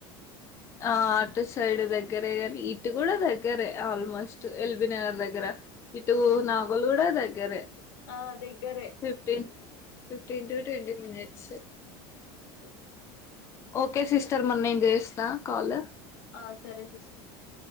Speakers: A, on the left; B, on the left.
A: ఆ అటు సైడ్ దగ్గరే గాని ఇటు కూడా దగ్గరే ఆల్మోస్ట్ ఎల్బీ నగర్ దగ్గర ఇటు
B: ఆ
A: నాగోల్ గూడా దగ్గరే
B: ఆ దగ్గరే
A: ఫిఫటీన్టు ఫిఫటీన్ టు ట్వీ మినట్స్
B: <unintelligible>
A: ఓకే సిస్టర్ మన్న నేను చేస్తా కాల్
B: ఆ సరే సిస్టర్